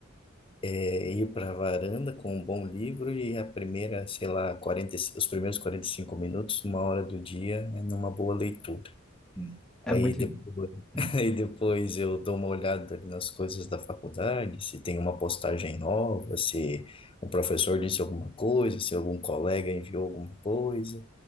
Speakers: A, on the left; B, in the centre.
A: É, ir para a varanda com um bom livro e a primeira, sei lá, 40, e- os primeiros 45 minutos, uma hora do dia, é numa boa leitura.
B: uhum. É
A: Aí
B: muito.
A: depois,
B: Hum,
A: <laughs> aí depois eu dou uma olhada ali nas coisas da faculdade, se tem uma postagem nova, se um professor disse alguma coisa, se algum colega enviou alguma coisa.